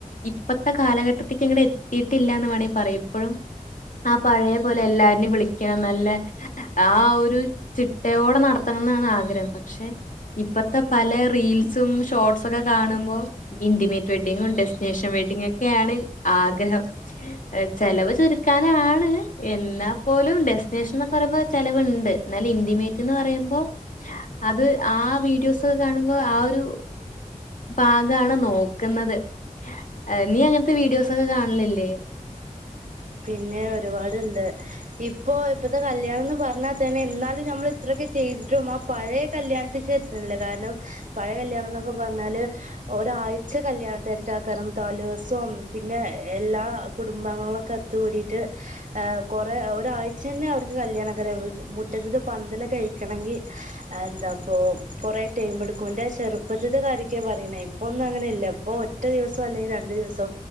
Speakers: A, on the left; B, on the right.
A: ഇപ്പത്തെ കാലഘട്ടത്തേക്ക് ഇങ്ങട് എത്തിയിട്ടില്ലാന്ന് വേണേ പറയും ഇപ്പഴും. ആ പഴയ പോലെ എല്ലാരനെയും വിളിക്കണം നല്ല ആ ഒരു ചിട്ടയോടെ നടത്തണം എന്നാണ് ആഗ്രഹം, പക്ഷേ ഇപ്പത്തെ പല റീൽസും ഷോർട്സൊക്കെ കാണുമ്പോ ഇന്റിമേറ്റ് വെഡ്ഡിങ്ങും ഡെസ്റ്റിനേഷൻ വെഡ്ഡിങ്ങും ഒക്കെയാണ് ആഗ്രഹം, ഏ ചെലവ് ചുരു ക്കാനാണ്, എന്നാൽ പോലും ഡെസ്റ്റിനേഷൻ എന്നക്കെ പറയുമ്പോ ചെലവിണ്ട്, എന്നാല് ഇന്റിമേറ്റ് എന്ന് പറയുമ്പോ അത് ആ വീഡിയോസ്ക്കെ കാണുമ്പോ ആ ഒരു ഭാഗമാണ് നോക്കുന്നത് ഏ നീ അങ്ങനത്തെ വീഡിയോസ് ഒക്കെ കാണലില്ലേ.
B: പിന്നെ ഒരുപാടുണ്ട് ഇപ്പോ ഇപ്പത്തെ കല്യാണം എന്ന് പറഞ്ഞാൽ തന്നെ എന്നാലും നമ്മൾ ഇത്രയൊക്കെ ചെയ്തിട്ടും ആ പഴയ കല്യാണത്തേക്ക് എത്തുന്നില്ല, കാരണം പഴയ കല്യാണം എന്നൊക്കെ പറഞ്ഞാല് ഒരാഴ്ച കല്യാണത്തിരക്ക് ആക്കണം തലേസോം പിന്നെ എല്ലാ കുടുംബങ്ങളൊക്കെ കൂടിട്ട് ഏ കൊറെ ഒരാഴ്ചന്നെ അവർക്ക് കല്യാണ <unintelligible> മു മുറ്റത്തത് പന്തല് ഒക്കെ അഴിക്കണെങ്കിൽ എന്തപ്പോ കൊറേ ടൈം എടുക്കും, എന്റെ ചെറുപ്പത്തിത്തെ കാര്യൊക്കെ പറയണ ഇപ്പ ഒന്നും അങ്ങനെ ഇല്ല, ഇപ്പോ ഒറ്റ ദിവസം അല്ലെങ്കിൽ രണ്ടു ദിവസോ